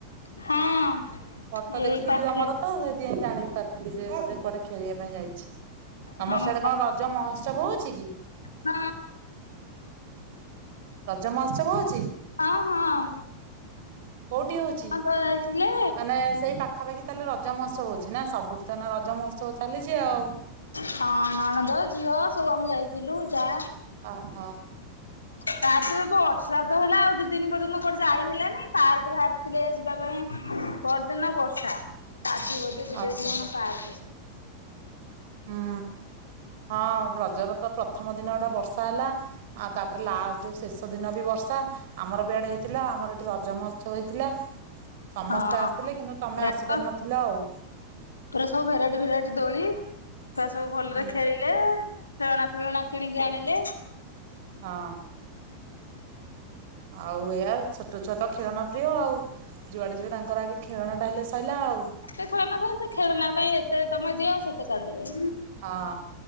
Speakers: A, on the left; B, on the right.
A: ହଁ।
B: ଫଟୋ ଦେଖିଥିଲି
A: ଏଇ ପାଖରେ
B: ତମର ତ ସେଇଥିପାଇଁ ଜାଣି ପାରିଥିଲି ଯେ ଗୋଟେ କୁଆଡେ ଖେଳିବା ପାଇଁ ଯାଇଛି। ତମର
A: ହଁ
B: ସିଆଡେ କଣ ରଜ ମହୋତ୍ସବ ହଉଛି କି?
A: ହଁ।
B: ରଜମହୋତ୍ସବ ହଉଛି?
A: ହଁ ହଁ।
B: କୋଉଠି ହଉଛି
A: ନଣନ୍ଦ ଯାଇଥିଲେ
B: ମାନେ ସେଇ ପାଖା ପାଖି ତାହେଲେ ରଜ ମହୋତ୍ସବ ହଉଛି ନା ସବୁଠୁ ତ ଏଇନା ରଜ ମହୋତ୍ସବ ଚାଲିଛି ଆଉ।
A: ହଁ ନଣନ୍ଦ ଝିଅ ସବୁ ଆମୁ ଯାଇଥିଲୁ ଯା
B: ଅ ହଁ।
A: ତା ଦେହରେ ବର୍ଷା ତ ହେଲା ଆଉ ଦି ଦିନି ପର୍ଯ୍ୟନ୍ତ କୁଆଡେ ଯାଇ ହେଲାନି। ପାର୍କ ଫାର୍କ ଥିଲେ ଯିବା ପାଇଁ ପଅରଦିନ ବର୍ଷା। ଆଜି କଣ ଯିବେ
B: ଆଚ୍ଛା
A: କି ବୋଧେ ପାର୍କ।
B: ହୁଁ। ହଁ ରଜର ତ ପ୍ରଥମ ଦିନ ଟା ବର୍ଷା ହେଲା। ଆଉ ତାପରେ ଲାଷ୍ଟ ଯୋଉ ଶେଷ ଦିନ ବି ବର୍ଷା। ଆମର ବି ଆଡେ ହେଇଥିଲା। ଆମର ଏଠି ରଜ ମହୋତ୍ସବ ହେଇଥିଲା। ସମସ୍ତେ
A: ହଁ
B: ଆସିଥିଲେ କିନ୍ତୁ ତମେ
A: ଏ
B: ଆସିପାରିନଥିଲ
A: ତ
B: ଆଉ।
A: ପୁରା ସବୁ ଭେରାଇଟି ଭେରାଇଟି ଦୋଳି, ଛୁଆ ସବୁ ଭଲରେ
B: ହଁ।
A: ଖେଳିି ଲେ ଖେଳନା ଫେଳନା କିଣିକି ଆଣିଲେ।
B: ହଁ। ଆଉ ଏଇଆ ଛୋଟ ଛୁଆ ତ ଖେଳନା ପ୍ରିୟ ଆଉ। ଯୁଆଡେ ଯିବେ ତାଙ୍କର ଆଗେ ଖେଳନା ଟା ହେଲେ ସଇଲା ଆଉ।
A: ଯେତେ ଖେଳନା ଥାଉ ସେ ଖେଳନା ପାଇଁ ଏତେ ତମେ ଦିଅ ସେ ସେତେ କାନ୍ଦିବେ।
B: ହଁ।